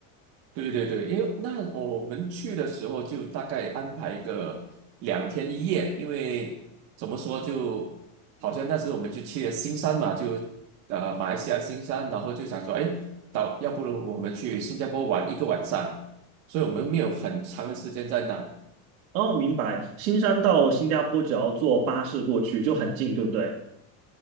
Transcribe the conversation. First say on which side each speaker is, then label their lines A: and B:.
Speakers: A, on the right; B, on the right.
A: 对对对，因为那我们去的时候就大概安排个两天一夜，因为怎么说就，好像那时候我们就去了新山嘛，就呃马来西亚新山，然后就想说，哎，到要不如我们去新加坡玩一个晚上，所以我们没有很长的时间在那。
B: 哦，明白。新山到新加坡只要坐巴士过去就很近，对不对？